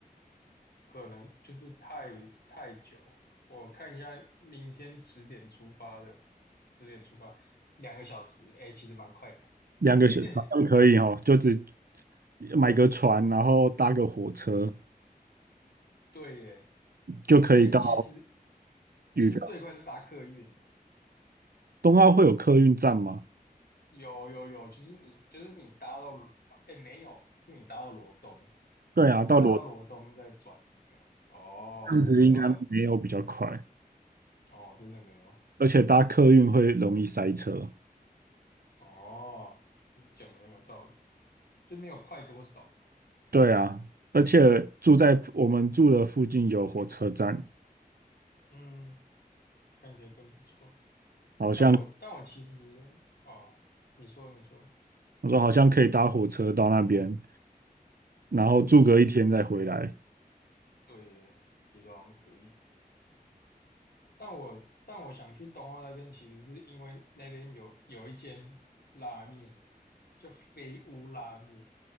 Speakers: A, on the left; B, on the right.
A: 可能就是太太久。我看一下，明天十点出发的，十点出发，两个小时，哎、其实蛮快的。
B: 两个小时好像可以哦，
A: <laughs>
B: 就只买个船，然后搭个火车
A: 对耶，
B: 就可以到
A: 哎、其实
B: 渔港。
A: 其实最快是搭客运耶，
B: 东澳会有客运站吗？
A: 有有有，就是你就是你搭到，哎、没有，是你搭到罗东，
B: 对啊，
A: 你搭到罗东再转一个。
B: 到罗
A: 哦，
B: 这样子应该没有比较快，
A: 好吧，哦，真的没有。
B: 而且搭客运会容易塞车。
A: 哦，你讲的很有道理，就没有快多少。
B: 对啊，而且住在我们住的附近有火车站，
A: 嗯，看起来真不错。
B: 好像
A: 但我但我其实哦，你说你说，
B: 我说好像可以搭火车到那边，然后住个一天再回来。
A: 对耶，其实好像可以。但我但我想去东澳那边，其实是因为那边有有一间拉面叫飞屋拉面，